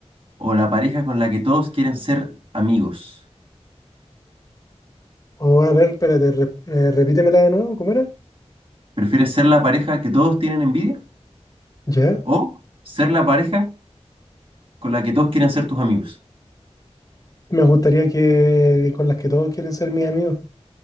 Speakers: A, on the right; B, on the left.
A: o la pareja con la que todos quieren ser amigos?
B: O a ver, espérate, re- eh, repítemela de nuevo, ¿cómo era?
A: ¿Prefieres ser la pareja que todos tienen envidia
B: Ya.
A: o ser la pareja con la que todos quieren ser tus amigos?
B: Me gustaría que con las que todos quieren ser mis amigos.